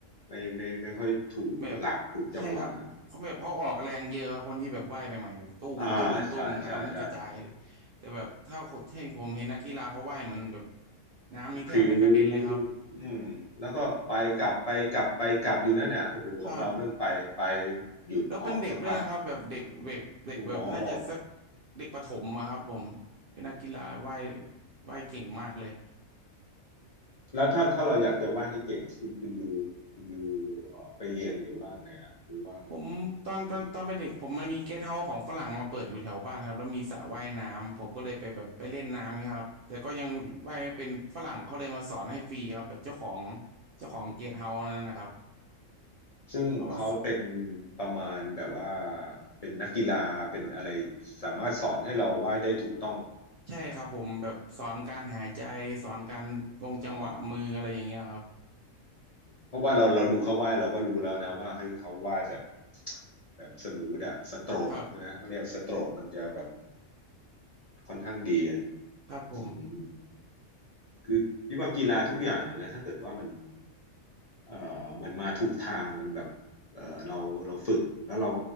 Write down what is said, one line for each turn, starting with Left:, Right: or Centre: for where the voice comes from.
Left: ไม่ไม่ไม่ไม่ค่อยถูกหลักถูกจังหวะ
Right: แบบใช่ครับเขาแบบเขาออกแรงเยอะครับคนที่แบบว่ายใหม่ๆแบบต้มต้มต้มน้ำกระจายเลยแต่แบบถ้าคนที่ผมเห็นนักกีฬาเขาว่ายเหมือนแบบ
Left: อ่าใช่ใช่ใช่
Right: น้ำนี่แทบไม่กระเด็นเลยครับ
Left: พริ้วอืมแล้วก็ไปกลับไปกลับไปกลับอยู่นั่นน่ะโอ้โหของเราแม่งไปไป
Right: ครับ
Left: หยุดหอบสักพัก
Right: แล้วเป็นเด็กด้วยนะครับแบบเด็กเบบเด็กแบบน่าจะสัก
Left: โอ้โห
Right: เด็กประถมอะครับผมเป็นนักกีฬาว่ายว่ายเก่งมากเลย
Left: แล้วถ้าถ้าเราอยากจะวาดให้เก่งคุณคุณยูคุณยู่ไปเรียนหรือว่าไงอ่ะหรือว่า
Right: ผมตอนเป็นตอนเป็นเด็กผมมันมีเกสต์เฮาส์ของฝรั่งมาเปิดอยู่แถวบ้านครับแล้วมีสระว่ายน้ำผมก็เลยไปแบบไปเล่นน้ำเงี้ยครับแต่ก็ยังว่ายไม่เป็นฝรั่งเขาเลยมาสอนให้ฟรีครับแบบเจ้าของเจ้าของเกสต์เฮาส์นั่นนะครับ
Left: ซึ่งเขาเป็น
Right: เขามาสอน
Left: ประมาณแบบว่าเป็นนักกีฬาเป็นอะไรสามารถสอนให้เราวาดได้ถูกต้อง
Right: ใช่ครับผมแบบสอนการหายใจสอนการลงจังหวะมืออะไรอย่างเงี้ยครับ
Left: อ๋อเพราะว่าเราเราดูเขาวาดเราก็รู้แล้วนะว่าเฮ้ยเขาวาดแบบแบบสมูทอะสโตรกนะเขาเรียกสโตรกมันจะแบบ
Right: ครับ
Left: ค่อนข้างดีอะ
Right: ครับผม
Left: อืมคือพี่ว่ากีฬาทุกอย่างอะนะถ้าเกิดว่ามัน เอ่อมันมาถูกทางมันแบบเอ่อเราเราฝึกแล้วเรา